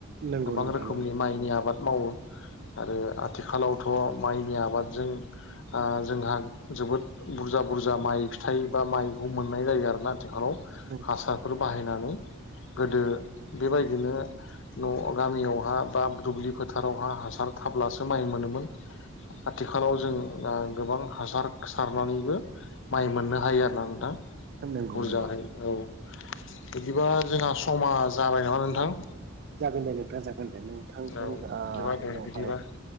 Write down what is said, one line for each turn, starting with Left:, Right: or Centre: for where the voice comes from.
Right: नंगौ
Left: गोबां
Right: नोंथां
Left: रोखोमनि माइनि आबाद मावो आरो आथिखालावथ' माइनि आबादजों ओ जोंहा जोबोद बुरजा बुरजा माइ फिथाइ बा माइखौ मोननाय जायो आरोना। आथिखालाव
Right: नंगौ
Left: हासारफोर बाहायनानै गोदो बेबायदिनो न' गामियावहा बा दुब्लि फोथारावहा हासार थाब्लासो माइ मोनोमोन। आथिखालाव जों ओ गोबां हासार सारनानैबो माइ मोननो हायो आरोना नोंथां
Right: नंगौ नंगौ
Left: बुरजाहै
Right: नंगौ
Left: औ। बिदिबा जोंहा समा जाबाय नामा नोंथां?
Right: जागोन दे नोंथां जागोन। जागोन दे नोंथांजों
Left: औ
Right: ओ
Left: बिदिबा दे
Right: उनावहाय
Left: बिदिबा